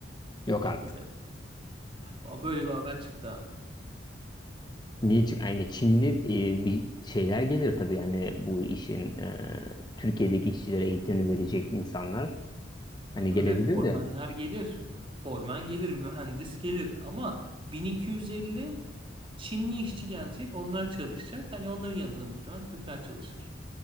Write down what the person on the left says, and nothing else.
Yok
artık.
Niye? Çünkü Yani Çinli e, bir şeyler gelir tabii yani bu işin e, Türkiye'deki işçilere eğitimini verecek insanlar hani
gelebilir
de